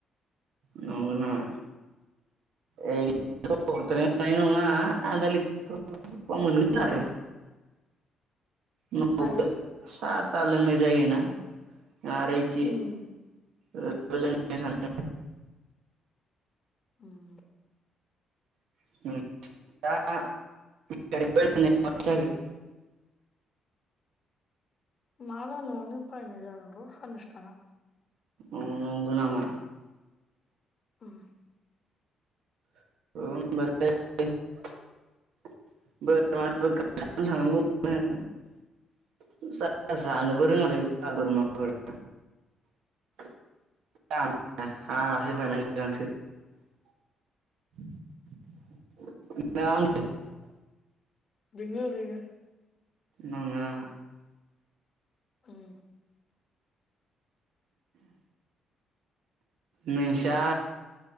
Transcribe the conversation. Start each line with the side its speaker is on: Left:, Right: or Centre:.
Right: नंगौ नामा एक लिटारथ'
Left: उम
Right: हरद्रायनो हानाय नङा आदा लि टारखौबा मोनगोन आरो। न'आवबो
Left: जायो
Right: सा ता लोंनाय जायोना नारोयथि
Left: उम
Right: ओ <unintelligible>
Left: उम
Right: <unintelligible> <unintelligible>
Left: मा बा नआवनो बायना जागोन र साननैसो थाना
Right: अ नंगो नामा?
Left: उम
Right: <unintelligible> <unintelligible>
Left: दोङो औरैनो
Right: नंगो नामा?
Left: उम
Right: नोंसा